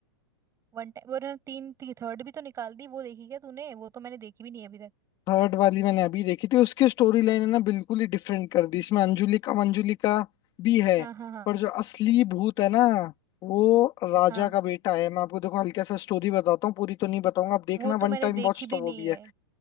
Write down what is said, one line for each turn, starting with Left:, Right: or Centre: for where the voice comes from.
Right: वन टाइम और तीन थी थर्ड भी तो निकाल दी वो देखी क्या तूने वो तो मैंने देखी भी नहीं है अभी तक
Left: थर्ड वाली मैंने अभी देखी थी उसकी स्टोरी लाइन है ना बिल्कुल ही डिफरेंट कर दी इसमें अंजुलिका मंजुलिका भी है
Right: हाँ हाँ हाँ
Left: पर जो असली भूत है ना वो राजा
Right: हाँ
Left: का बेटा है मैं आपको देखो हल्का सा स्टोरी बताता हूँ पूरी तो नहीं बताऊंगा आप देखना
Right: वो तो
Left: वन
Right: मैंने
Left: टाइम
Right: देखी
Left: वॉच
Right: भी
Left: तो वो
Right: नहीं
Left: भी है
Right: है